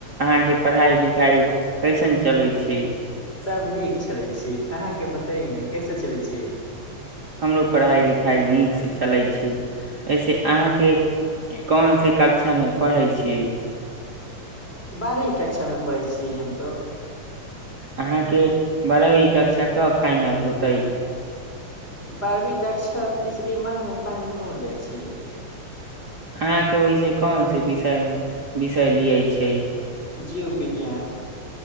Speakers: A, on the right; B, on the left.
A: अहाँके पढ़ाई लिखाई कैसन चलै छै
B: सभ नीक चै छी। अहाँके बताय ने कैसे चलै छी।
A: हमरो पढ़ाइ लिखाइ नीकसँ चलै छै। वइसे अहाँके कोन से कक्षामे पढ़ै छियै
B: बारबी कक्षामे पढ़ै छियै हम तो
A: अहाँके बारहवी कक्षा कब फाइनल होतै
B: बारहवीं कक्षा तीसरी माह मे फजल हो जाइ छै
A: अहाँके वहिसे कोन से विषय मे सली अछि कइ
B: जीव विज्ञान